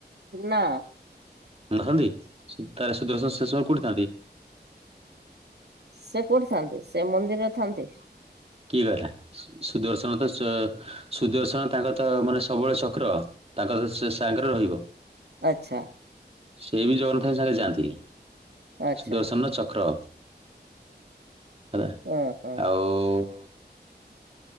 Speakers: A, on the right; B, on the right.
A: ନା।
B: ନଥାନ୍ତି? ତାର ସୁଦୃଶ ସେସବୁ କୋଉଠି ଥାନ୍ତି?
A: ସେ କୋଉଠି ଥାନ୍ତି ସେ ମନ୍ଦିରରେ ଥାନ୍ତି।
B: କିଏ କହିଲା ସୁଦର୍ଶନ ତ ସୁଦର୍ଶନ ତାଙ୍କ ତ ମାନେ ସବୁବେଳେ ଚକ୍ର। ତାଙ୍କର ସେ ସାଙ୍ଗରେ ରହିବ।
A: ଆଚ୍ଛା।
B: ସେ ବି ଜଗନ୍ନାଥଙ୍କ ସାଙ୍ଗେ ଯାଆନ୍ତି
A: ଆଚ୍ଛା
B: ସୁଦର୍ଶନ ଚକ୍ର। ହେଲା
A: ହଁ ହଁ
B: ଆଉ-